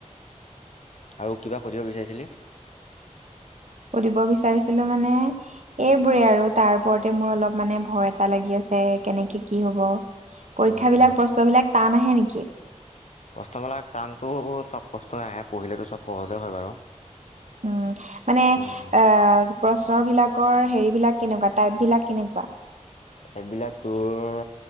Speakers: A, on the left; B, on the right.
A: আৰু কিবা সুধিব বিচাৰিছিলি?
B: সুধিব বিচাৰিছিলোঁ মানে, এইবোৰে আৰু তাৰ ওপৰতে মোৰ অলপ মানে ভয় এটা লাগি আছ আছে। কেনেকে কি হ'ব! পৰীক্ষা
A: উম
B: বিলাক
A: উম
B: প্ৰশ্ন বিলাক টান আহে নেকি?
A: প্ৰশ্নবিলাক টানটো চব প্ৰশ্নই আহে, পঢ়িলেতো চব সহজে হয় বাৰু।
B: উম'! মানে,
A: উম,
B: আঁ প্ৰশ্ন বিলাকৰ হেৰি বিলাক কেনেকুৱা টাইপ বিলাক কেনেকুৱা?
A: সেইবিলাক তোৰ